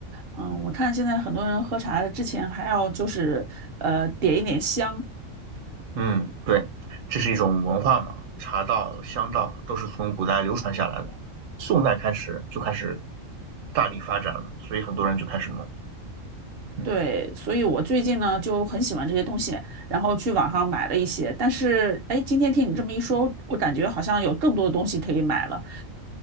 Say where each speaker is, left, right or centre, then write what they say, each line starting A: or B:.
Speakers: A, on the right (about 55°); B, on the right (about 75°).
A: 嗯，
B: 嗯
A: 我看现在很多人喝茶之前还要就是呃点一点香，
B: 嗯，对，这是一种文化嘛，茶道、香道都是从古代流传下来的，宋代开始就开始大力发展了，所以很多人就开始弄。嗯，
A: 对，所以我最近呢就很喜欢这些东西，然后去网上买了一些。但是，哎，今天听你这么一说，我感觉好像有更多的东西可以买了。